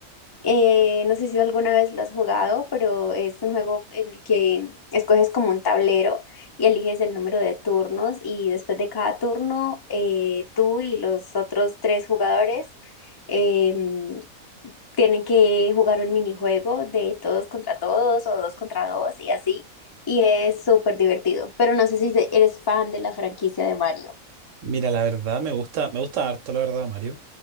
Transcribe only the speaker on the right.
Mira, la verdad me gusta, me gusta harto, la verdad, Mario.